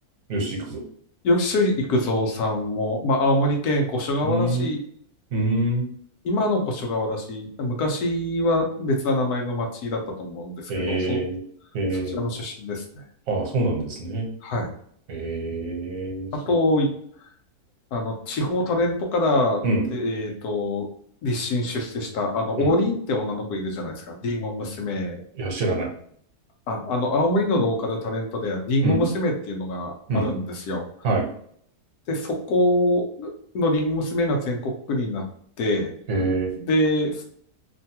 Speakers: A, on the right; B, on the left.
A: よし、行くぞ。
B: 吉幾三さんも、まあ、青森県五所川原市
A: うーん。うーん。
B: 今の越川だし、昔は別な名前の町だったと思うんですけど、
A: えー、
B: そ、
A: え
B: そちらの出身ですね。
A: ー、ああ、そうなんですね。
B: はい。
A: えー、そ、
B: あと、いあの、地方タレントから、
A: うん。
B: でえっと、立身出世した、あの、
A: うん。
B: 王林って女の子いるじゃないですか。リンゴ娘。
A: いや、知らない。
B: あ、あの、青森のローカルタレントで、リンゴ娘っていうのがあるんですよ。
A: うん。うん。はい。
B: で、そこのリンゴ娘が全国区になって、
A: えー、
B: で、